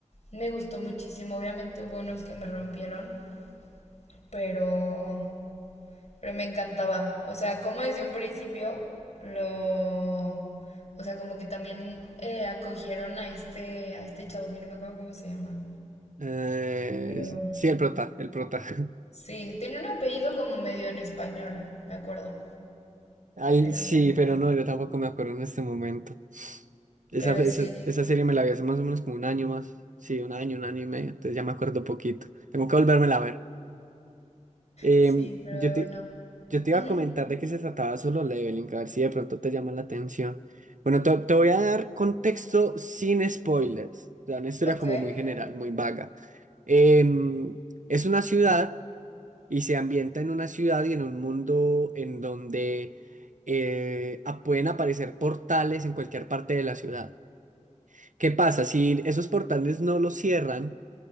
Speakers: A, on the left; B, on the right.
A: me gustó muchísimo. Obviamente hubo unos que me rompieron, pero pero me encantaba. O sea, como desde un principio lo... O sea, como que también eh, acogieron a este, a este chavo que no me acuerdo cómo se llama.
B: Eh,
A: Pero...
B: sí, el prota, el prota. <laughs>
A: Sí, tenía un apellido como medio en español, me acuerdo.
B: Al-
A: Pero...
B: sí, pero no, yo tampoco me acuerdo en este momento. Esa,
A: Pero
B: esa,
A: sí.
B: esa serie me la vi hace más o menos como un año más. Sí, un año, un año y medio. Entonces ya me acuerdo poquito. Tengo que volvérmela a ver. Em,
A: Sí, pero
B: yo te,
A: bueno.
B: yo te
A: Ujú,
B: iba a comentar de qué se trataba Solo Leveling, a ver si de pronto te llama la atención. Bueno, te, te voy a dar contexto sin spoilers. O sea, una historia
A: Ok.
B: como muy general, muy vaga. Em, es una ciudad y se ambienta en una ciudad y en un mundo en donde eh, a- pueden aparecer portales en cualquier parte de la ciudad. ¿Qué pasa? Si esos portales no los cierran,